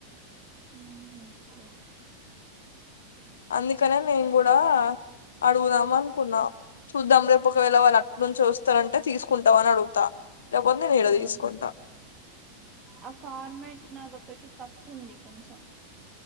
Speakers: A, on the right; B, on the left.
A: మ్మ్ ఉహ్మ్ గ్రేట్
B: అందుకనే నేను కూడా అడుగుదాం అనుకున్నా, చూద్దాం రేపు ఒకవేళ వాళ్ళు అటు నుంచి వస్తారంటే తీసుకుంటాం అని అడుగుతా, లేకపోతే నేను ఇడ
A: ఆ
B: తీసుకుంటా,
A: ఆ ఫార్మాట్ నాదొకటి తప్పు ఉంది కొంచెం